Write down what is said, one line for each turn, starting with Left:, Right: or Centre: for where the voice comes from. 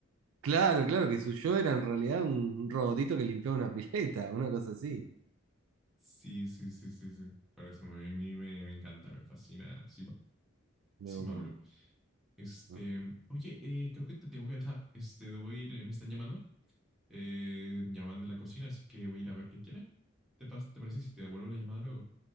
Right: Claro, claro, que su yo era en realidad un robotito que limpiaba una pileta, una cosa así.
Centre: Sí, sí, sí, sí, sí. Por eso a mí, a mí me, me encanta, me fascina Sima
Right: Me
Centre: Sima
Right: digo, "Buah,
Centre: Blue. Este,
Right: buah".
Centre: oye, eh, creo que te tengo que dejar. Este, debo ir, eh, me están llamando. Eh, me llaman de la cocina, así que voy a ir a ver qué quiere. ¿Te, pas- te parece si te devuelvo la llamada luego?